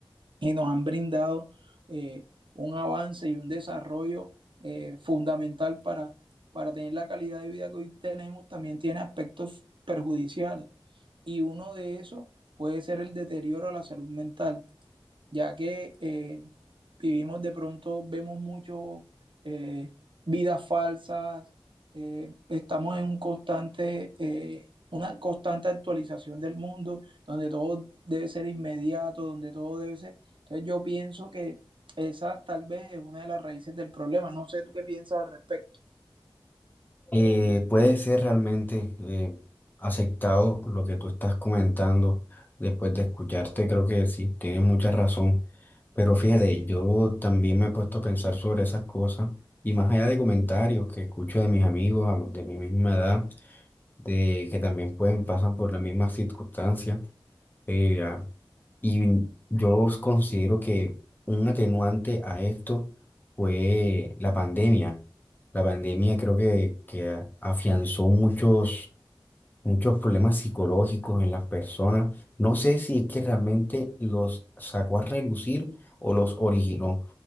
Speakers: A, on the right; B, on the left.
A: y nos han brindado eh, un avance y un desarrollo eh, fundamental para, para tener la calidad de vida que hoy tenemos, también tiene aspectos perjudiciales. Y uno de esos puede ser el deterioro a la salud mental ya que eh, vivimos de pronto, vemos mucho eh, vidas falsas, eh, estamos en un constante, eh, una constante actualización del mundo, donde todo debe ser inmediato, donde todo debe ser. Entonces yo pienso que esa tal vez es una de las raíces del problema. No sé tú qué piensas al respecto.
B: Eh, puede ser realmente eh, aceptado lo que tú estás comentando después de escucharte, creo que sí, tienes mucha razón, pero fíjate, yo también me he puesto a pensar sobre esas cosas y más allá de comentarios que escucho de mis amigos a- de mi misma edad, de que también pueden pasan por las mismas circunstancias. Eh, ah, y yo os considero que un atenuante a esto fue la pandemia. La pandemia creo que, que afianzó muchos muchos problemas psicológicos en las personas. No sé si es que realmente los sacó a relucir o los originó,